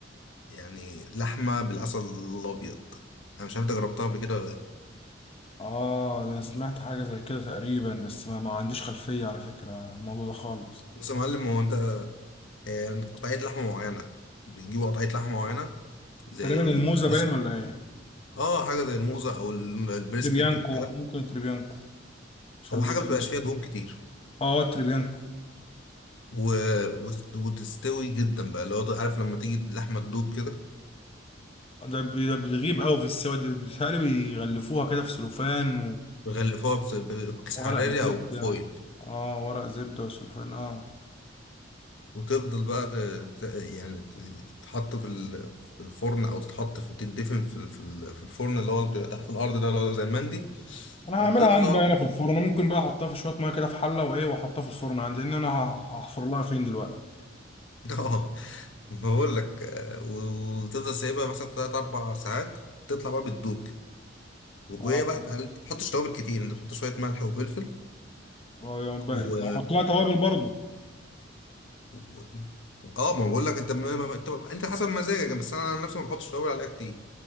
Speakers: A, on the left (about 70°); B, on the left (about 30°).
A: يعني لحمه بالعسل الابيض انا مش عارف انت جربتها قبل كده ولا لا
B: اه ده انا سمعت حاجة زي كده تقريبا بس ما, ما عنديش خلفية على فكرة عن الموضوع ده خالص
A: بص يا معلم هو انت آه، قطعيه لحمه معينه بتجيب قطعيه لحمه معينه زي
B: تقريبا الموزة
A: البريسكت
B: باين ولا ايه
A: اه حاجه زي الموزه او ال- البريسكت
B: تريبيانكو
A: وبتاع
B: ممكن تريبيانكو عشان
A: او حاجه
B: بيكون
A: بتبقاش فيها دهون كتير
B: اه تريبيانكو
A: و... وت- وتستوي جدا بقى اللي هو عارف لما تيجي اللحمه تدوب كده
B: ده بي- ده بتغيب قوي في السوا دي بيتهيألي بيغلفوها كده في سلوفان
A: بيغلفوها بس- بكيس
B: وورق
A: حراري
B: زبدة
A: او بفويل
B: اه ورق زبدة وسلوفان اه
A: وتفضل بقى ت... ت... يعني ت- تتحط في ال... في الفرن او تتحط في تدفن في ال- في ال- في الفرن اللي هو بيبقى تحت الارض ده اللي هو زي المندي
B: انا هعملها
A: وبتطلع
B: عندي بقى هنا في الفرن انا ممكن بقى احطها في شوية مية كده في حلة وايه واحطها في الفرن عندي لان انا هحفر لها فين دلوقتي
A: <laughs> اه بقول لك آه، و- وتفضل سايبها مثلا تلات اربع ساعات تطلع بقى بتدوب كده وهي
B: اه
A: بقى تعال- ما تحطش توابل كتير انت بتحط شويه ملح وفلفل
B: آه، يعني بقى-
A: و
B: احط لها توابل برضو
A: و- اه ما بقول لك انت ما ما- ما- انت انت حسب مزاجك بس انا عن نفسي ما بحطش توابل عليها كتير